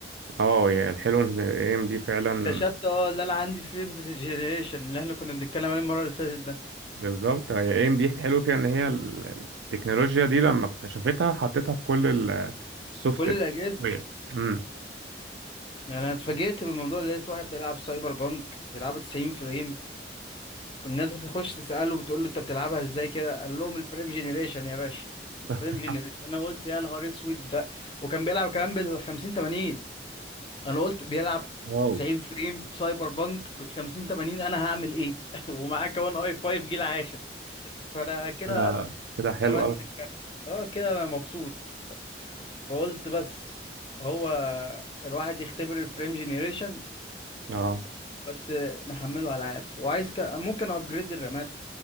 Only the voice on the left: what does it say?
اكتشفت اه ان انا عندي فريم جنريشن اللي احنا كنا بنتكلم عليه المره اللي فاتت ده
كل الاجهزه
يعني انا اتفاجئت بالموضوع اللي لقيت واحد بيلعب سايبر بانك بيلعبها 90 فريم والناس بتخش تساله بتقول له انت بتلعبها ازاي كده قال لهم الفريم جنريشن يا باشا
فريم جنريشن انا قلت يا نهار اسود ده وكان بيلعب كمان بال 50 80 انا قلت بيلعب
90 فريم سايبر بانك ب 50 80 انا هعمل ايه <laughs> ومعاه كمان اي 5 جيل عاشر فانا كده
اعتمدت
الكارت اه كده انا مبسوط فقلت بس هو الواحد يختبر الفريم جينيريشن
بس نحمله العاب وعايز ك... ممكن ابجريد الرامات